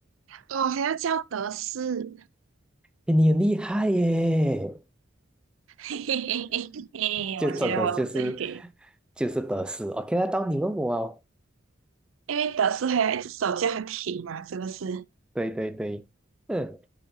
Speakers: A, on the right; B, in the centre.
A: 哦，还要叫德士，
B: 诶你很厉害耶！
A: <laughs> 嘿嘿嘿嘿嘿我觉得我是最给，
B: 就真的就是就是得失。OK，那到你问我哦。
A: 因为德士还有一只手叫它停嘛，是不是？
B: 对对对，嗯